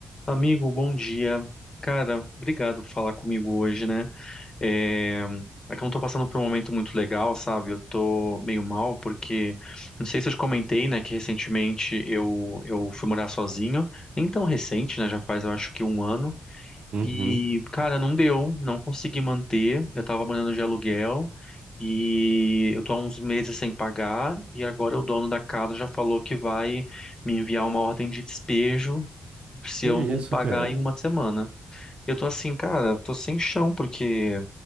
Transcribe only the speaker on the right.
Uhum.
Que
isso,
cara?